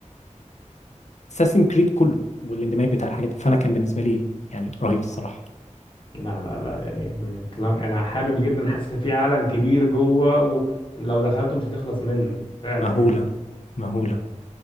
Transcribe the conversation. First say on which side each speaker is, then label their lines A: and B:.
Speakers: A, on the left; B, on the left.
A: اساسن كريد كله والاندماج بتاع الحاجات دي. فانا كان بالنسبة لي يعني رهيبة الصراحة
B: لا لا لا يعني من الكلام انا حابب جدا حاسس إن في عالم كبير جوه ولو دخلته مش هتخلص منه فعلا
A: مهولة
B: يعني
A: مهولة